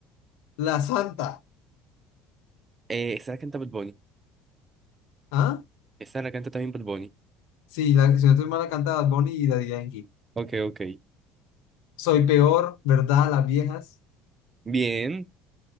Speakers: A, on the left; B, on the right.
A: La Santa.
B: esa la canta Bad Bunny.
A: ¿Ah?
B: Esa la canta también Bad Bunny.
A: Sí, la, si no estoy mal, la canta Bad Bunny y Daddy Yankee.
B: Ok, ok.
A: Soy peor, ¿verdad? Las viejas.
B: Bien.